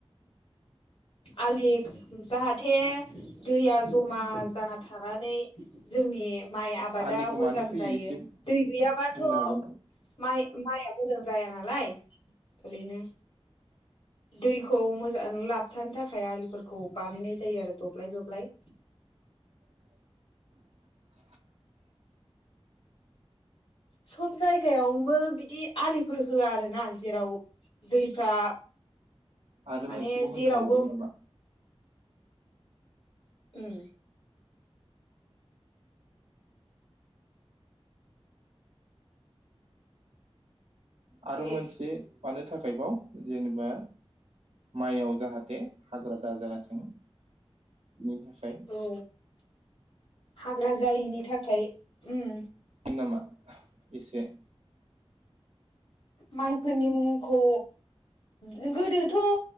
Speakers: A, on the left; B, on the right.
A: आलि जाहाथे दैया जमा जाना थानानै जोंनि माइ आबादा
B: आलिखौ
A: मोजां
B: मानो खोयो
A: जायो
B: एसे
A: दै गैयाबाथ'
B: बुंनो हागोन नामा
A: माइ माइआ मोजां जाया नालाय ओरैनो दै खौ मोजां लाबथानो थाखाय आलिफोरखौ बानायनाय जायो आरो दब्लाय दब्लाय
B: <inaudible>
A: सब जायगायावनोबो बि दि आलिफोर होआ आरो ना जेराव दैफ्रा
B: आरो
A: माने
B: मोनसेबो
A: जेरावबो
B: होननो हाबावगोन नामा?
A: उम
B: आरो
A: दे
B: मोनसे मानो थाखायबाव जेनेबा माइयाव जाहाथे हाग्रा दा जायाथों नि थाखाय
A: औ हाग्रा जायिनि थाखाय उम
B: नामा एसे
A: माइफोरनि मुंखौ बे गोदोथ'